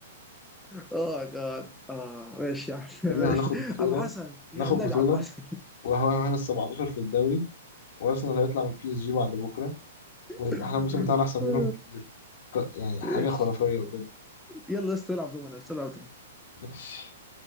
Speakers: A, in the centre; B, on the left.
A: اه جاد اه ماشي يا عم ماشي
B: بعدين هناخد بطولة
A: عم حسن
B: ناخد
A: النبي
B: بطولة
A: عم حسن
B: وهو هنا ال 17 في الدوري وأرسنال هيطلع من بي اس جي بعد بكرة
A: <laughs>
B: ويبقى احنا الموسم بتاعنا أحسن منهم بكتير ك- يعني حاجة
A: ماشي
B: خرافية بجد
A: يلا يا اسطى العب دومنا يا اسطى العب دومنا
B: <laughs>